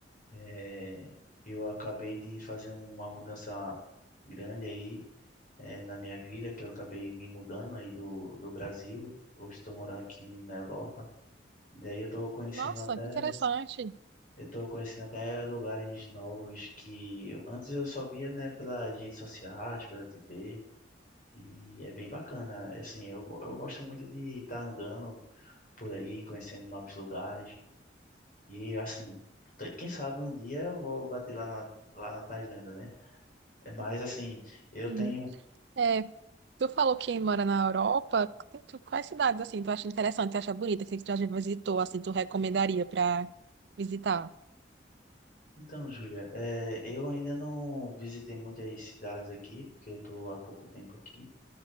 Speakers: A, on the left; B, on the right.
A: é, eu acabei de fazer uma mudança grande aí, é, na minha vida, que eu acabei me mudando aí do, do Brasil. Hoje estou morando aqui na Europa. E daí eu estou conhecendo
B: Nossa,
A: até,
B: que interessante.
A: eu tô conhecendo até lugares novos que antes eu só via, né, pelas redes sociais, pela TV. E é bem bacana, assim, eu, go- eu gosto muito de estar andando por aí, conhecendo novos lugares. E, assim, t- quem sabe um dia eu vou bater lá na, lá na Tailândia, né? É, Mas, assim, eu
B: Sim.
A: tenho...
B: É, tu falou que mora na Europa. Tu- Quais cidades assim tu acha interessante, tu acha bonita, assim, que tu já visitou, assim, tu recomendaria para visitar?
A: Então, Júlia, é, eu ainda não visitei muitas cidades aqui, porque eu estou há pouco tempo aqui.